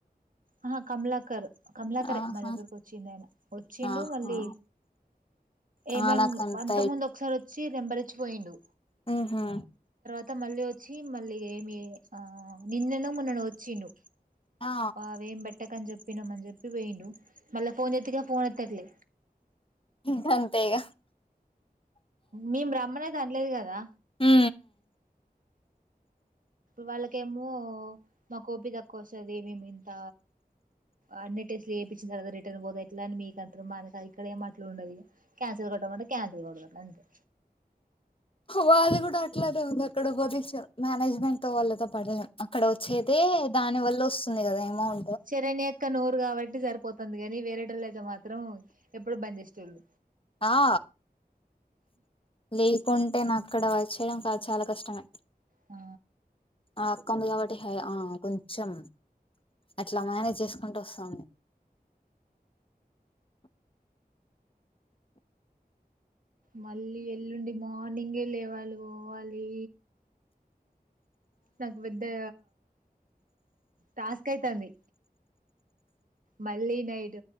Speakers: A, on the right (about 55°); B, on the left (about 35°).
A: ఆహా కమలాకర్ కమలాకరే
B: ఆహా
A: మా దగ్గరకు వచ్చిండు ఆయన వచ్చిండు
B: ఆహా
A: మళ్ళీ ఏమం
B: ఆ నాకు అంత
A: అంతకు ముందు ఒకసారి వచ్చి నెంబర్ ఇచ్చి పోయిండు
B: హ్మ్ హ్మ
A: త్త మళ్ళీ వచ్చి మళ్ళీ ఏమి ఆ నిన్నెనో మొన్ననో వచ్చిండు
B: ఆ
A: అవ ఏం పెట్టకని చెప్పినాంమని చెప్పి పోయిండు మళ్ళీ ఫోన్ చేతే ఫోన్ ఎత్తట్లే
B: గాంతేఇగ
A: మేము రమ్మన్ అయితే అనలేదకదా
B: ఉ
A: వాళ్ళకేమో మా కోపి తక్కువ వస్తుంది మేమి ఇంత అన్ని ఇట్ల చెపిచినక రిటర్న్ పోతే ఎట్లా ఇట్లా అని మీక అంటారు మనకు ఇక్కడ ఏమో అలా ఉండదు క్యాన్సిల్ కొట్ట మంటే క్యాన్సిల్ కొడతారు అంతే
B: వాళ్ళది కూడా అట్లానే ఉంది అక్కడ బదించ మేనేజ్మెంట్ తో వాళ్ళతో పడలేం అక్కడ వచ్చేద దాని వల్ల వస్తుంది కదా అమౌంట్
A: చరణ్య అక్క నోరు కాబట్టి సరిపోతంది కాని వేరేటోల్ల అయితే మాత్రం ఎప్పుడు బంధిస్తుళ్ళు
B: ఆ లేకుంటే నా అక్కడ వ చేయడం కాదు చాలా కష్టమే
A: ఆ
B: ఆ అక్క ఉంది కాబట్టి హై ఆ కొంచెం అట్లా మేనేజ్ చేసుక్ కుంటు వస్తంది
A: మళ్ళీ ఎల్లుండి మార్నింగే లేవళి పోవాలి నాకు పెద్దా టాస్క్ అయితంది మళ్ళీ నైట్